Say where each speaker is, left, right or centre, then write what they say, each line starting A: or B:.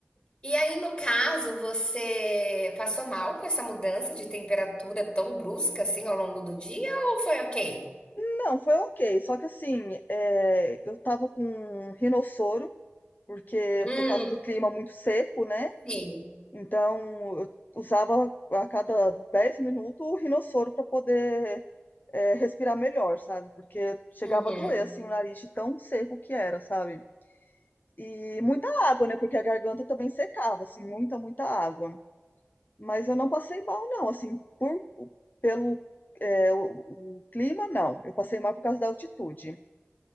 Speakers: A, on the left; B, on the left.
A: E aí, no caso, você passou mal com essa mudança de temperatura tão brusca assim ao longo do dia ou foi ok?
B: Não, foi ok, só que assim, é, eu tava com um rinossoro, porque
A: Hum,
B: por causa do clima muito seco, né?
A: sim.
B: Então eu usava a cada 10 minutos o rinossoro para poder é, respirar melhor, sabe? Porque chegava
A: Uhum.
B: a doer assim o nariz de tão seco que era, sabe? E muita água, né? Porque a garganta também secava, assim, muita, muita água. Mas eu não passei mal, não, assim, por, pelo é, o, o clima, não. Eu passei mal por causa da altitude.